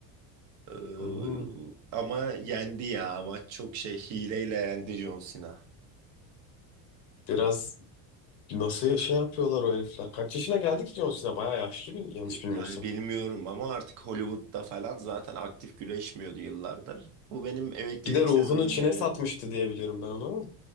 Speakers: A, on the right; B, on the left.
A: Ee,
B: Hmm,
A: ama yendi ya. Maç çok şey hileyle yendi John Cena.
B: Biraz nasıl ya- şey yapıyorlar o herifler? Kaç yaşına geldi ki John Cena? Bayağı yaşlı bil yanlış
A: E,
B: bilmiyorsam.
A: Yani bilmiyorum ama artık Hollywood'da falan zaten aktif güreşmiyordu yıllardır. Bu benim emeklilik
B: Bir de ruhunu
A: sezonum
B: Çin'e
A: diye geldi.
B: satmıştı diye biliyorum ben onu.